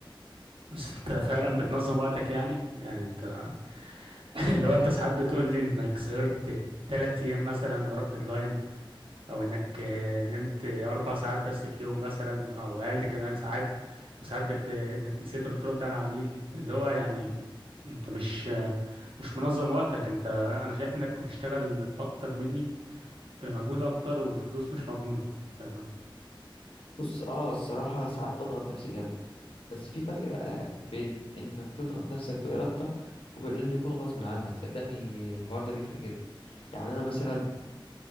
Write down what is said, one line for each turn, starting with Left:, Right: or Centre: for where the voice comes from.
Right: بس أنت فعلا بتنظم وقتك يعني يعني أنت <laughs> لو أنت ساعات بتقول لي إنك سهرت تلات أيام مثلا وراك ديدلاين او انك آه، نمت اربع ساعات بس في يوم مثلا او اقل كمان ساعات وساعات بت... آه، انك نسيت ترد على عميل اللي هو يعني انت مش آه، مش منظم وقتك انت انا شايف انك بتشتغل اكتر مني بمجهود اكتر وفلوس مش مضمونة ف...
Left: بص اه الصراحة ساعات بضغط نفسي جامد بس في فرق بقى بين انك تضغط نفسك بإرادتك وبين انه يكون غصب عنك صدقني الحوار ده بيفرق جدا يعني انا مثلا